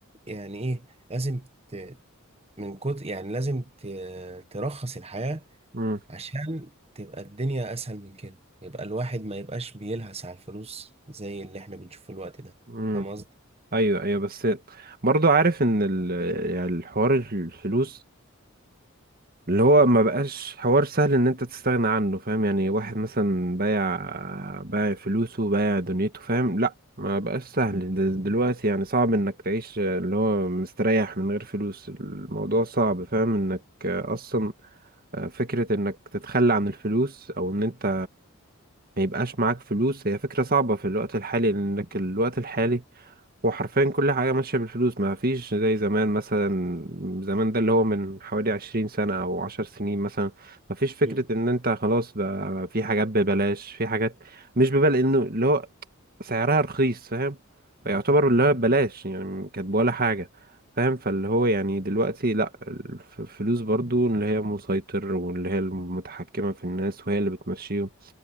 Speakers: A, on the right; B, on the right.
A: يعني إيه لازم ت- من كتر يعني لازم ت- ترخص الحياة
B: مم،
A: عشان تبقى الدنيا اسهل من كده يبقى الواحد ما يبقاش بيلهس على الفلوس زي اللي احنا بنشوفه الوقت ده
B: مم.
A: فاهم قصدي
B: ايوه ايوه بس برضو عارف ان ال... يعني الحوار الفلوس اللي هو ما بقاش حوار سهل ان انت تستغنى عنه فاهم يعني واحد مثلا بايع بايع فلوسه بايع دنيته فاهم لا ما بقاش سهل د- دلوقتي يعني صعب انك تعيش اللي هو مستريح من غير فلوس الموضوع صعب فاهم انك اصلا فكرة انك تتخلى عن الفلوس او ان انت ما يبقاش معاك فلوس هي فكرة صعبة في الوقت الحالي لانك الوقت الحالي هو حرفيا كل حاجة ماشية بالفلوس ما فيش زي زمان مثلا زمان ده اللي هو من حوالي عشرين سنة أو عشر سنين مثلا ما فيش فكرة
A: مم.
B: إن أنت خلاص بقى في حاجات ببلاش في حاجات مش ببلاش إنه اللي هو سعرها رخيص فاهم فيعتبر اللي هو ببلاش يعني كانت ولا حاجة فاهم فاللي هو يعني دلوقتي لأ الفلوس برضو اللي هي مسيطر واللي هي المتحكمة في الناس وهي اللي بتمشيهم